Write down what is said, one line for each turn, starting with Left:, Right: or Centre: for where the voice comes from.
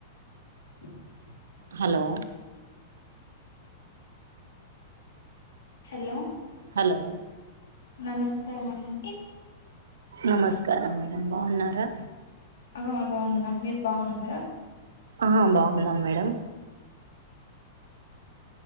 Left: <inaudible>
Right: hello
Left: hello
Right: hello
Left: నమస్కారం అండి
Right: నమస్కారం మేడమ్ బాగున్నారా
Left: ఆ బాగున్నాను మీరు బాగున్నారా
Right: ఆ బాగున్నాం మేడం